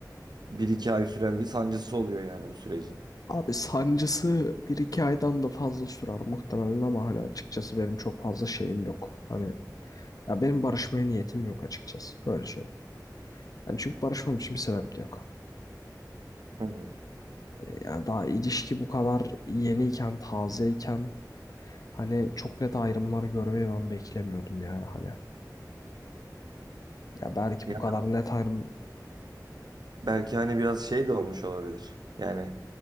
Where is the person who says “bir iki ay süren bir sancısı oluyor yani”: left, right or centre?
Right